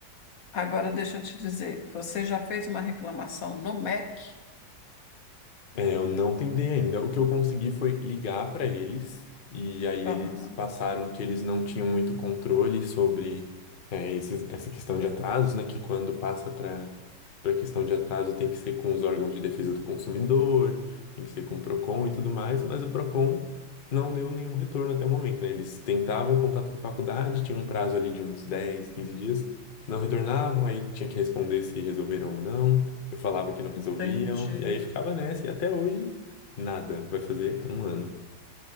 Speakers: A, on the left; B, on the left.
A: Agora deixa eu te dizer, você já fez uma reclamação no MEC?
B: É, eu não tentei ainda. O que eu consegui foi ligar para eles, e aí
A: Aham,
B: eles passaram que eles não tinham muito controle sobre é, esses- essa questão de atrasos, né? Que quando passa para para questão de atraso tem que ser com os órgãos de defesa do consumidor, tem que ser com o Procon e tudo mais, mas o Procon não deu nenhum retorno até o momento, né? Eles tentavam contato com a faculdade, tinha um prazo ali de uns 10 15 dias, não retornavam, aí tinha que responder se resolveram ou não. Eu falava que não resolviam,
A: entendi.
B: e aí ficava nessa, e até hoje, nada. Vai fazer um ano.